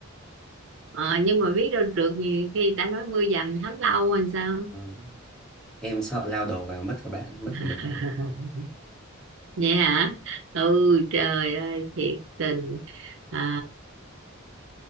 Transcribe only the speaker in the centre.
Ờ, em sợ lao đầu vào mất cả bạn mất
cả mình